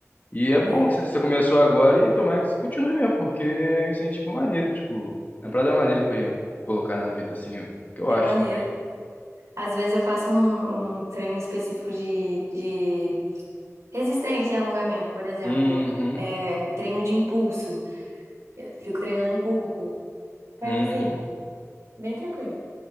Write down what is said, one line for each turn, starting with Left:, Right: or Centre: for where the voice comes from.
Left: E é bom
Right: é,
Left: que você começou agora e tomara que isso continue mesmo, porque é um incentivo maneiro, tipo, é uma parada maneira pra colocar na vida, assim, ó, É o que eu
Right: é
Left: acho
Right: maneiro.
Left: também.
Right: Às vezes eu faço um, um treino específico de, de resistência e alongamento, por exemplo,
Left: Uhum,
Right: é, treino de impulso. Eu fico treinando impulso. Mas
Left: uhum.
Right: assim, bem tranquilo.